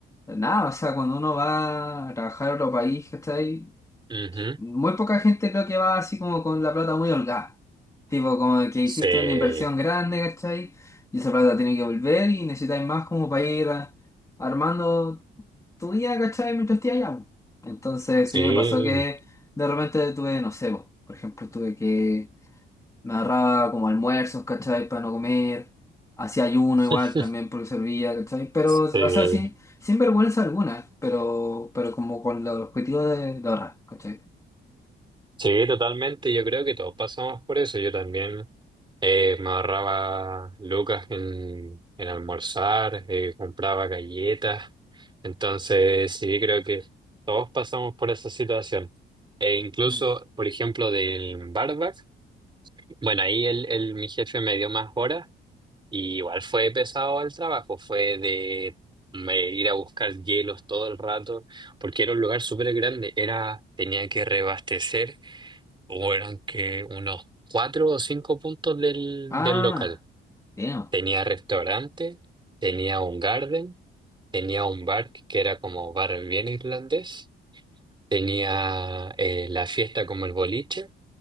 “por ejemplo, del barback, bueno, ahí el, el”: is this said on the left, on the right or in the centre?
Right